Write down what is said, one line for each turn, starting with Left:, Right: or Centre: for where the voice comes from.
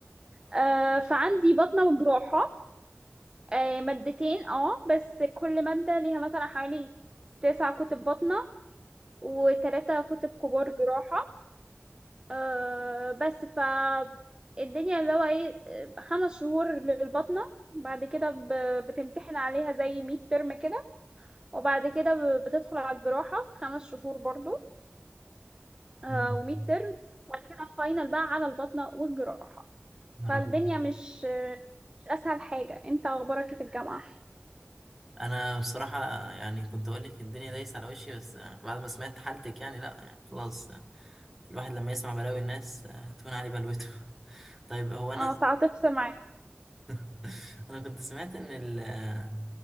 Right: آه فعندي بطنه وجراحه آه مادتين اه بس كل ماده ليها مثلا حوالي تسع كتب بطنه وثلاثه كتب كبار جراحه آه بس ف الدنيا اللي هو ايه آه، خمس شهور للبطنة بعد كده ب- بتمتحن عليها زي ميد ترم كده وبعد كده ب- بتدخل على الجراحة خمس شهور برضو آه
Centre: امم
Right: وميد ترم وبعد كده الفاينل بقى على البطنة والجراحة
Centre: يا
Right: فالدنيا
Centre: رب
Right: مش آه، مش أسهل حاجة انت أخبارك إيه في الجامعة
Centre: انا بصراحه يعني كنت اقول لك الدنيا دايسه على وشي بس آه، بعد ما سمعت حالتك يعني لا يعني خلاص آه، الواحد لما يسمع بلاوي الناس آه، تهون عليه بلوته <laughs> طيب هو انا
Right: اه تعاطفت معايا
Centre: <laughs> انا كنت سمعت ان ال... آه،